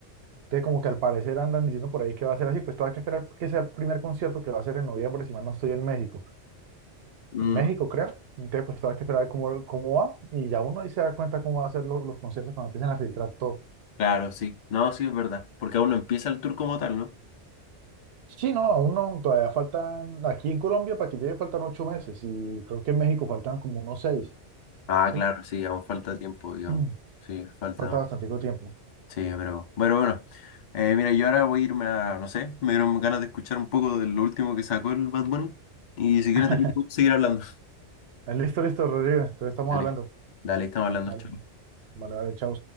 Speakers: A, on the right (about 60°); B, on the left (about 60°).
A: Entonces como que al parecer andan diciendo por ahí que va a ser así, pues todavía hay que esperar que sea el primer concierto que va a ser en noviembre, si mal no estoy en México,
B: Mm,
A: en México creo. Entonces pues todavía hay que esperar cómo, cómo va y ya uno ahí se da cuenta cómo va a ser lo- los conciertos cuando empiecen a filtrar todo.
B: claro, sí. No, sí, es verdad. Porque aún no empieza el tour como tal, ¿no?
A: Sí, no, aún no, todavía faltan, aquí en Colombia para que llegue faltan ocho meses y creo que en México faltan como unos seis,
B: Ah,
A: ¿sí?
B: claro, sí, aún falta tiempo, digamos.
A: <clears throat>
B: Sí, falta.
A: Falta bastante tiempo.
B: Sí, pero bueno, bueno. Eh, mira, yo ahora voy a irme a, no sé, me dieron ganas de escuchar un poco de lo último que sacó el Bad Bunny. Y si quieres,
A: <laughs>
B: también podemos seguir hablando.
A: Listo, listo, Rodrigo, entonces estamos
B: Dale,
A: hablando.
B: dale, estamos hablando.
A: Vale,
B: chao.
A: vale, vale, chao.